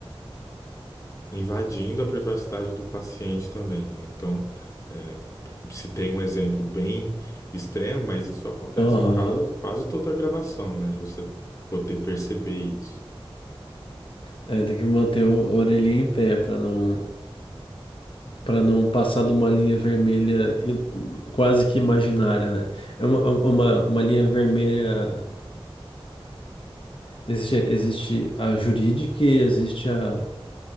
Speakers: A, on the left; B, on the left.
A: invadindo a privacidade do paciente também, né? Então, é, se tem um exemplo bem extremo, mas isso acontece
B: Aham.
A: em casa quase toda a gravação, né? De você poder perceber isso.
B: É, tem que manter o a orelhinha em pé para não para não passar de uma linha vermelha il- quase que imaginária, né? É uma, é um, é uma, uma linha vermelha. Existe, existe a jurídica e existe a,